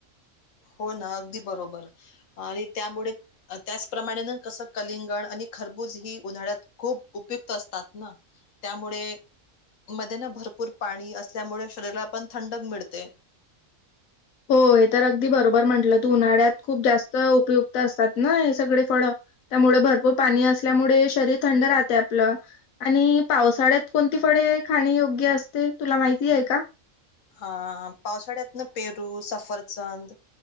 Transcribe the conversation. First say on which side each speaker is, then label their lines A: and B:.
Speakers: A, on the left; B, on the left.
A: हो ना अगदी बरोबर आणि त्यामुळे त्याचप्रमाणे कसं कलिंगण आणि खरबूज ही उन्हाळ्यात खूप उपयुक्त असतात ना. त्यामुळे मध्ये ना भरपूर पाणी असल्यामुळे शरीराला पण थंडक मिळते.
B: हो हे तर अगदी बरोबर म्हंटलं तू उन्हाळ्यात खूप जास्त उपयुक्त असतात ना हे सगळे फळ. त्यामुळे भरपूर पाणी असल्यामुळे शरीर थंड राहतय आपलं. आणि पावसाळ्यात कोणती फडे खाणे योग्य असते तुला माहिती आहे का?
A: अ पावसाळ्यातून पेरू, सफरचंद